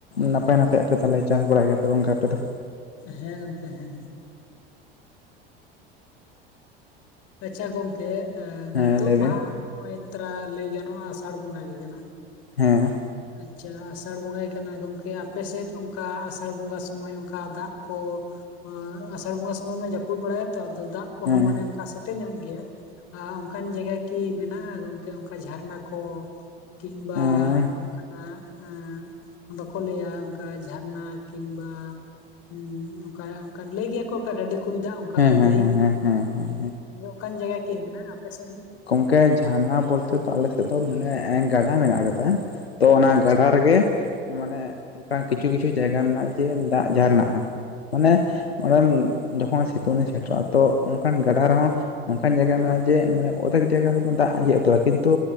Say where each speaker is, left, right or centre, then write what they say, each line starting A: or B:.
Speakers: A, on the left; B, on the left.
A: ᱱᱟᱯᱟᱭ ᱱᱟᱯᱟᱭᱟᱜ ᱯᱮ ᱛᱟᱞᱮ ᱪᱟᱥ ᱵᱟᱲᱟᱭ ᱜᱮᱭᱟᱯᱮ ᱜᱚᱝᱠᱮ ᱟᱯᱮ ᱫᱚ
B: ᱦᱮᱸ ᱜᱚᱝᱠᱮ ᱦᱮᱸ ᱟᱪᱷᱟ ᱜᱚᱝᱠᱮ
A: ᱦᱮᱸ
B: ᱱᱤᱛᱚᱜ
A: ᱞᱟᱹᱭ ᱵᱤᱱ
B: ᱢᱟᱦᱟ ᱱᱚᱜᱼᱚᱭ ᱛᱨᱟ ᱞᱟᱹᱭ ᱜᱟᱱᱚᱜᱼᱟ ᱟᱥᱟᱲ ᱵᱚᱸᱜᱟ ᱜᱮ ᱠᱟᱱᱟ
A: ᱦᱮᱸ
B: ᱟᱪᱷᱟ ᱟᱥᱟᱲ ᱵᱚᱸᱜᱟ ᱜᱮ ᱠᱟᱱᱟ ᱜᱚᱝᱠᱮ ᱟᱯᱮ ᱥᱮᱫ ᱚᱱᱠᱟ ᱟᱥᱟᱲ ᱵᱚᱸᱜᱟ ᱥᱚᱢᱚᱭ ᱚᱱᱠᱟ ᱫᱟᱜ ᱠᱚ ᱚ ᱟᱥᱟᱲ ᱵᱚᱸᱜᱟ ᱥᱚᱢᱚᱭ ᱢᱟ ᱡᱟᱹᱯᱩᱫ ᱵᱟᱲᱟᱭᱟ ᱛᱚ ᱟᱫᱚ ᱫᱟᱜ ᱠᱚᱦᱚᱸ
A: ᱦᱮᱸ
B: ᱢᱟᱱᱮ ᱚᱱᱠᱟ ᱥᱮᱫ ᱛᱮ ᱧᱚᱜ ᱜᱮᱭᱟ ᱚᱱᱠᱟᱱ ᱡᱟᱭᱜᱟ ᱠᱤ ᱢᱮᱱᱟᱜᱼᱟ ᱜᱚᱝᱠᱮ ᱚᱱᱠᱟ ᱡᱷᱟᱨᱱᱟ ᱠᱚ ᱠᱤᱢᱵᱟ
A: ᱦᱮᱸ ᱦᱮᱸ
B: ᱚᱱᱠᱟᱱᱟᱜ ᱮ ᱵᱟᱠᱚ ᱞᱟᱹᱭᱟ ᱚᱱᱠᱟ ᱡᱷᱟᱨᱱᱟ ᱠᱤᱢᱵᱟ ᱩ ᱚᱱᱠᱟ ᱚᱱᱠᱟ ᱞᱟᱹᱭ ᱜᱮᱭᱟ ᱠᱚ ᱚᱠᱟ ᱰᱟᱹᱰᱤ ᱠᱩᱧ ᱫᱟᱜ ᱚᱱᱠᱟ ᱠᱚ
A: ᱦᱮᱸ
B: ᱞᱟᱹᱭ
A: ᱦᱮᱸ
B: ᱜᱮᱭᱟ
A: ᱦᱮᱸ ᱦᱮᱸ
B: ᱦᱮᱸ ᱚᱱᱠᱟᱱ ᱡᱟᱭᱜᱟ ᱠᱤ ᱢᱮᱱᱟᱜᱼᱟ ᱟᱯᱮ ᱥᱮᱫ ᱨᱮ
A: ᱜᱚᱢᱠᱮ ᱡᱷᱟᱨᱱᱟ ᱵᱚᱞᱛᱮ ᱫᱚ ᱟᱞᱮ ᱥᱮᱫ ᱫᱚ ᱢᱟᱱᱮ ᱜᱟᱰᱟ ᱢᱮᱱᱟᱜ ᱠᱟᱫᱟ ᱛᱚ ᱚᱱᱟ
B: ᱟᱪᱪᱷᱟ
A: ᱜᱟᱰᱟ ᱨᱮᱜᱮ ᱢᱟᱱᱮ ᱚᱱᱠᱟ ᱠᱤᱪᱷᱩ ᱠᱤᱪᱷᱩ ᱡᱟᱭᱜᱟ ᱢᱮᱱᱟᱜᱼᱟ ᱡᱮ ᱫᱟᱜ ᱡᱷᱟᱨᱱᱟᱜ-ᱟ ᱢᱟᱱᱮ
B: ᱦᱮᱸ
A: ᱢᱟᱹᱨᱟᱢ ᱡᱚᱠᱷᱚᱱ ᱥᱤᱛᱩᱝ ᱫᱤᱱ ᱥᱮᱴᱮᱨᱚᱜᱼᱟ ᱛᱚ ᱚᱱᱠᱟᱱ ᱜᱟᱰᱟ ᱨᱮᱦᱚᱸ ᱱᱚᱝᱠᱟᱱ ᱡᱟᱭᱜᱟ ᱢᱮᱱᱟᱜᱼᱟ ᱡᱮ ᱢᱟᱱᱮ ᱚᱫᱷᱮᱠ ᱡᱟᱭᱜᱟ ᱨᱮᱫᱚ ᱫᱟᱜ ᱟᱡᱮᱜ ᱩᱛᱟᱹᱨᱟᱹᱜ-ᱟ ᱠᱤᱱᱛᱩ